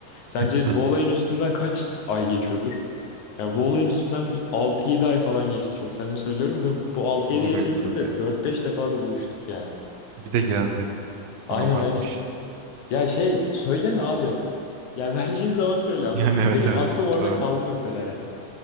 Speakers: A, on the left; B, on the right.
A: Sence
B: <laughs>
A: bu olayın üstünden kaç ay geçiyordur? Yani bu olayın üstünden bir 6-7 ay falan geçti çok samimi söylüyorum ve bu altı
B: olur
A: yedi ay
B: öyle
A: içerisinde
B: arada.
A: dört beş defa da buluştuk yani.
B: Bir de geldi.
A: Aynen
B: Abartmış.
A: aynen. Ya şey söyleme abi. Ya <laughs> vereceğin zaman söyle
B: <laughs>
A: anladın
B: Yani
A: mı?
B: evet
A: Benim
B: evet.
A: aklım orada
B: Doğru.
A: kaldı mesela ya.